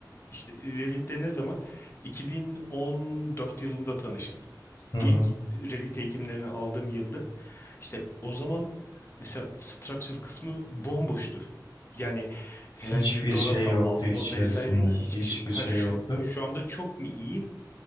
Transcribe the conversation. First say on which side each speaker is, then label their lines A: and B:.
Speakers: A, on the left; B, on the left.
A: işte Revit'le ne zaman 2014 yılında tanıştım.
B: Hı hı.
A: İlk Revit eğitimlerini aldığım yılda işte o zaman Mesela structural kısmı bomboştu. Yani herhangi
B: Hiçbir
A: bir donata
B: şey yoktu
A: atma
B: içerisinde.
A: vesaire hiçbir
B: Hiçbir
A: şey. Ha
B: şey
A: şu,
B: yoktu.
A: şu anda çok mu iyi?